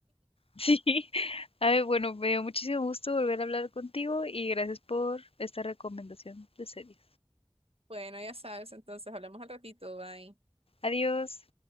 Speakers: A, on the left; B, on the right.
A: Sí. Ay, bueno, me dio muchísimo gusto volver a hablar contigo y gracias por esta recomendación de series.
B: Bueno, ya sabes, entonces hablamos al ratito, bye.
A: Adiós.